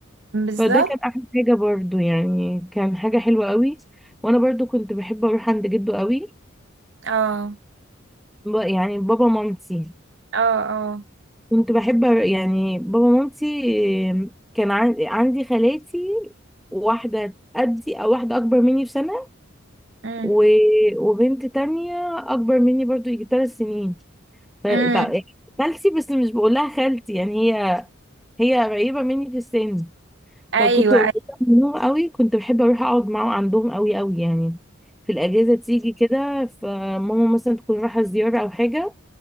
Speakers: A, on the right; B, in the centre.
A: بالظبط
B: فده كان احلى حاجه برضو يعني كان حاجه حلوه قوي وانا برضو كنت بحب اروح عند جده قوي
A: اه
B: ب- يعني بابا مامتي
A: اه اه
B: كنت بحب أر- يعني بابا مامتي إيه، كان عن- عندي خالاتي واحده قدي او واحده اكبر مني بسنه
A: امم
B: و... وبنت تانية اكبر مني برضو يجي ثلاث سنين ف...
A: امم
B: تع- خالتي بس مش بقولها خالتي يعني هي هي قريبه مني في السن
A: ايوه
B: فكنت قريبة
A: ايوه
B: منهم قوي كنت بحب اروح اقعد معاهم عندهم قوي قوي يعني في الاجازه تيجي كده فماما مثلا تكون رايحه زياره او حاجه